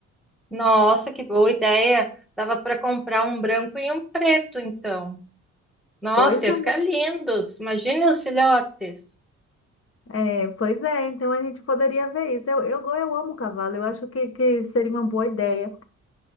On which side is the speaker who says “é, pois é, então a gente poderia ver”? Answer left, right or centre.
Left